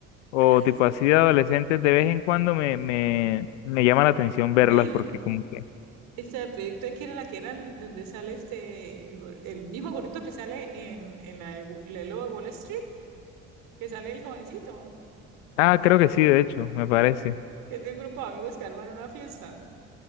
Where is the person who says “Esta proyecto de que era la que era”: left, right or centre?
Right